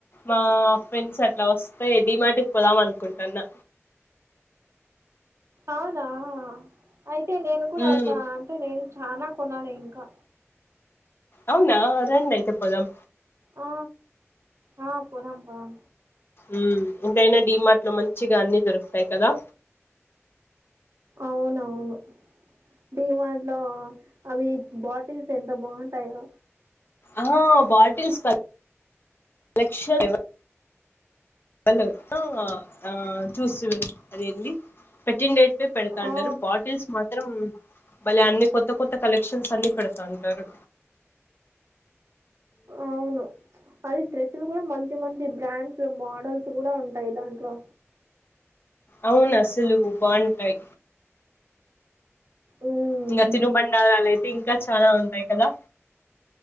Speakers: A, on the left; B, on the right.
A: మా ఫ్రెండ్స్ అట్లా వస్తే డీమాటికి పోదాం అనుకుంటాన్న
B: అవునా అయితే నేను కూడా
A: మ్మ్.
B: ఒక అంటే నేను చానా కొనాలి ఇంకా
A: అవునా రండైతే పోదాం
B: ఆ ఆ పోదాం పోదాం
A: ఉ ఇంకైనా డిమార్ట్ లో మంచిగా అన్ని దొరుకుతాయి కదా
B: అవునవును డి మార్ట్ లో అవి బాటిల్స్ ఎంత బాగుంటాయో
A: ఆ బాటిల్స్ కలెక్షన్ ల ఆ చూస్తు అదేంది పెట్టిండే పెడతాంటారు
B: ఆ
A: బాటిల్స్ మాత్రం మళ్ళీ అన్ని కొత్త కొత్త కలెక్షన్స్ అన్ని పెడతా ఉంటారు
B: అవును అది డ్రెస్సులు కూడా మంచి మంచి బ్రాండ్స్ మోడల్స్ కూడా ఉంటాయి దాంట్లో
A: అవును అసలు బాంటాయ్
B: ఉమ్
A: ఇంకా తినుబండారాలయితే ఇంకా చాలా ఉంటాయి కదా